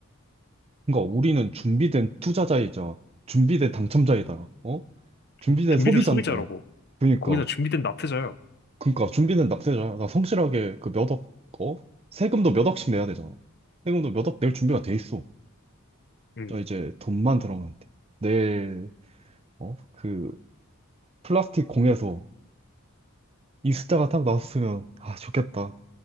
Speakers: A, on the right; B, on the left.
A: 그러니까 우리는 준비된 투자자이자 준비된 당첨자이다. 어? 준비된
B: 준- 준비된
A: 소비자인데.
B: 소비자라고.
A: 그러니까
B: 거기다 준비된 납세자야.
A: 그러니까 준비된 납세자야. 나 성실하게 그 몇 억, 어? 세금도 몇 억씩 내야 되잖아. 세금도 몇 억 낼 준비가 돼 있어.
B: 응.
A: 자, 이제 돈만 들어가면 돼. 내일 어? 그 플라스틱 공에서 이 숫자가 딱 나왔으면 아, 좋겠다.